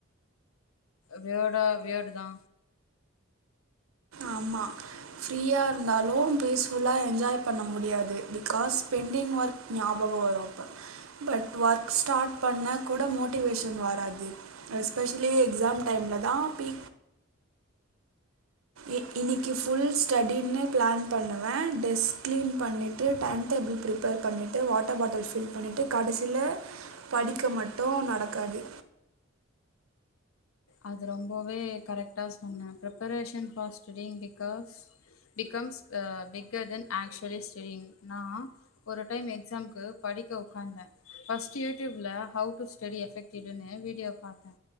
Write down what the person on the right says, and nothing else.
ஆமா ஃப்ரீயா இருந்தாலு பீஸ் ஃபுல்லா என்ஜாய் பண்ண முடியாது பிகாஸ் பெண்டிங் ஒர்க் ஞாபகம வரு அப்ப பட் ஒர்க் ஸ்டார்ட் பண்ணா கூட மோட்டிவேஷன் வராது எஸ்பெஷலி எக்ஸாம் டைம்ல தா பீ இ இனிக்கி ஃபுல் ஸ்டடினு பிளான் பண்ணுவ டெஸ்க் கிளீன் பண்ணிட்டு டைன் டேபிள் ப்ரிப்பேர் பண்ணிட்டு வாட்டர் பாட்டில் ஃபில் பண்ணிட்டு கடசில படிக்க மட்டு நடக்காது